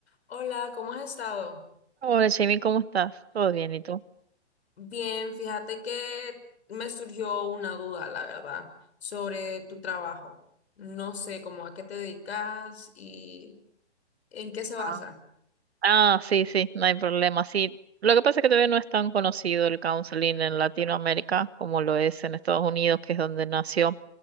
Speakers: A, on the left; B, on the right.
A: Hola, ¿cómo has estado?
B: Hola, Jamie, ¿cómo estás? ¿Todo bien? ¿Y tú?
A: Bien, fíjate que me surgió una duda, la verdad, sobre tu trabajo. No sé cómo a qué te dedicas y en qué se basa.
B: Ah. Ah, sí, sí, no hay problema. Sí, lo que pasa es que todavía no es tan conocido el counseling en Latinoamérica como lo es en Estados Unidos, que es donde nació,